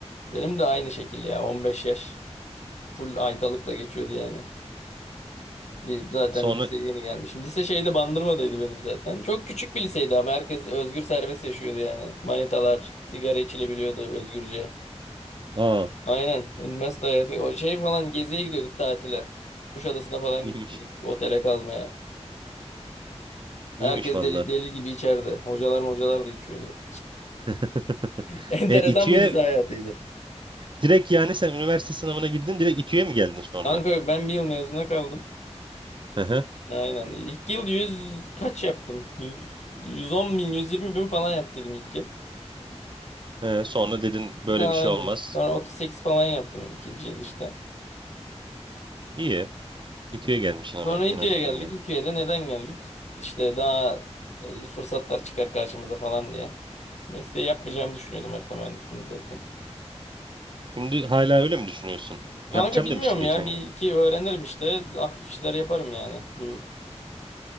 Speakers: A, on the left; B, on the right.
A: Benim de aynı şekil ya 15 yaş. Full aydalıkla geçiyordu yani. Bir, zaten
B: Sonra
A: liseye yeni gelmişim. Lise şeyde Bandırma'daydı benim zaten. Çok küçük bir liseydi ama herkes özgür serbest yaşıyordu yani. Manitalar, sigara içilebiliyordu özgürce.
B: aa
A: Aynen. Üniversite hayatı. O şey falan geziye gidiyorduk tatile. Kuşadası'na falan
B: iyiymiş
A: gittiydik otele kalmaya.
B: iyiymiş
A: Herkes
B: vallahi.
A: deli deli gibi içerdi. Hocalar hocalar da içiyordu.
B: <laughs>
A: <laughs> Enteresan
B: E, İTÜ'ye
A: bir lise hayatıydı.
B: direkt yani sen üniversite sınavına girdin direkt İTÜ'ye mi geldin sonra?
A: Kanka yok ben bir yıl mezuna kaldım.
B: Hı hı.
A: Aynen. İlk yıl 100 kaç yaptım? yüz yüz on bin, 120 bin falan yaptıydım ilk yıl.
B: E, sonra dedin böyle
A: Daha
B: bir şey
A: aynen.
B: olmaz.
A: Sonra 38 falan yaptım ikinci yıl işte.
B: İyi. İTÜ'ye gelmişsin ama
A: Sonra
B: en
A: İTÜ'ye
B: azından
A: geldik.
B: yani.
A: İTÜ'ye de neden geldik? İşte daha e, fırsatlar çıkar karşımıza falan diye. Mesleği yapmayacağımı düşünüyordum harita mühendisliğini zaten.
B: Şimdi hala öyle mi düşünüyorsun?
A: Kanka
B: Yapacağım
A: bilmiyorum
B: demiştin geçen
A: ya. Bir
B: gün.
A: iki öğrenirim işte. Hafif işler yaparım yani. Bu